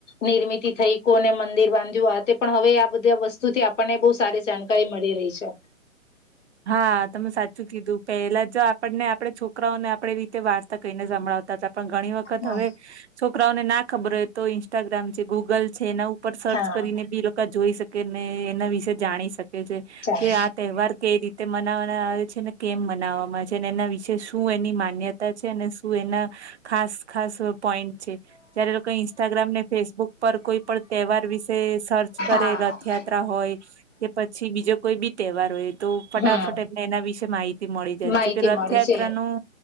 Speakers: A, on the left (about 65°); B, on the right (about 55°).
A: નિર્મિતિ થઈ કો ને મંદિર બાંધ્યું આ તે પણ હવે આ બધા વસ્તુથી આપ આપણને બહુ સારી જાણકારી મળી રહી છે
B: હા તમે સાચું કીધું પેલા જો આપણને આપે છોકરાઓને આપે રીતે વા રતા કઈને સંભળાવતા હતા પણ ઘણી વખત વખત
A: હા
B: હવે છોકરાઓને ના ખબર હોય તો ઇન્સ્ટાગ્રામ છે ગૂગલ નવું ઉપર સર્ચ
A: હા
B: કરીને બી એ લોકો જોઈ શકે ને એના વિશે જાણી શકે છે
A: ચાલ
B: કે આ તહેવાર કઈ રીતે મનાવવામાં આવે છે ને કેમ મનાવવામાં આવે છે અને એના વિશે શું એની માન્યતા છે અને શું એના- ખાસ ખાસ પોઈન્ટ છે જયારે લોકો ઇન્સ્ટાગ્રામ ને ફેસબુક પર કોઈ પણ તહેવાર વિશે સર્ચ કરે
A: હા
B: રથયાત્રા હોય કે પછી બીજો કોઈ બી તહેવાર હોય તો ફટાફટ
A: હમ
B: એમને એના વિશે માહિતી મળી જાય
A: માહિતી
B: જો કે રથયાત્રાનું
A: મળે છે